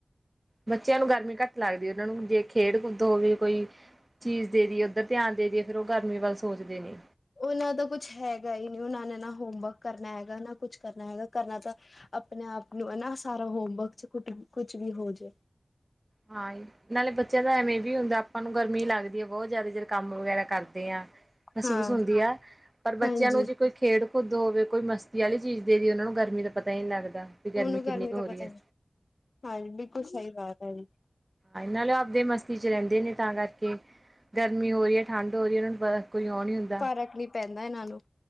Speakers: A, on the right; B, on the left.
A: ਬੱਚਿਆਂ ਨੂੰ ਗਰਮੀ ਘੱਟ ਲੱਗਦੀ ਉਹਨਾਂ ਨੂੰ ਜੇ ਖੇਡ ਕੂਦ ਹੋਵੇ ਕੋਈ ਚੀਜ਼ ਦੇ ਦੇਦੀਏ ਉੱਧਰ ਧਿਆਨ ਦੇਦੀਏ ਫੇਰ ਉਹ ਗਰਮੀ ਵੱਲ ਸੋਚਦੇਣੇ।
B: ਉਹਨਾਂ ਦਾ ਕੁਛ ਹੈਗਾ ਈ ਨ੍ਹੀਂ ਉਹਨਾਂ ਨੇ ਨਾ ਹੋਮਵਰਕ ਕਰਨਾ ਹੈਗਾ, ਨਾ ਕੁਛ ਕਰਨਾ ਹੈਗਾ ਕਰਨਾ ਤਾਂ ਆਪਣੇ ਆਪ ਨੂੰ ਹਨਾ ਸਾਰਾ ਹੋਮਵਰਕ ਚ ਕੁ ਕੁਛ ਵੀ ਹੋ ਜੇ।
A: ਹਾਂਈ। ਨਾਲੇ ਬੱਚਿਆਂ ਦਾ ਐਵੇਂ ਵੀ ਹੁੰਦਾ ਆਪਾਂ ਨੂੰ ਗਰਮੀ ਲੱਗਦੀ ਐ, ਬਹੁਤ ਜ਼ਿਆਦਾ ਜਦੋਂ ਕੰਮ ਵਗੈਰਾ ਕਰਦੇ ਆਂ। ਮਹਿਸੂਸ
B: ਹਾਂ
A: ਹੁੰਦੀ ਐ ਪਰ ਬੱਚਿਆਂ
B: ਹਾਂਜੀ
A: ਨੂੰ ਜੇ ਕੋਈ ਖੇਡ ਖੁਦ ਹੋਵੇ ਕੋਈ ਮਸਤੀ ਵਾਲੀ ਚੀਜ਼ ਦੇ ਦੀਏ ਉਹਨਾ ਨੂੰ ਗਰਮੀ ਦਾ ਪਤਾ ਈ ਨੀ ਲੱਗਦਾ। ਵੀ
B: ਊਨੂੰ
A: ਕਿੰਨੀ
B: ਗਰਮੀ
A: ਕੁ
B: ਦਾ
A: ਹੋ ਰਹੀ
B: ਪਤਾ
A: ਹੈ
B: ਹੀ ਨਈ, ਹਾਂਜੀ ਬਿਲਕੁਲ ਸਹੀ ਬਾਤ ਐ ਜੀ।
A: ਏ ਨਾਲੇ ਆਪਦੇ ਮਸਤੀ ਚ ਰਹਿੰਦੇ ਨੇ ਤਾਂ ਕਰਕੇ। ਗਰਮੀ ਹੋ ਰਹੀਏ, ਠੰਡ ਰਹੀਏ, ਉਹਨਾਂ ਨੂੰ ਬ ਕੋਈ ਆਉਂ ਹੁੰਦੀ
B: ਫ਼ਰਕ ਨੀ ਪੈਂਦਾ ਇਹਨਾਂ ਨੂੰ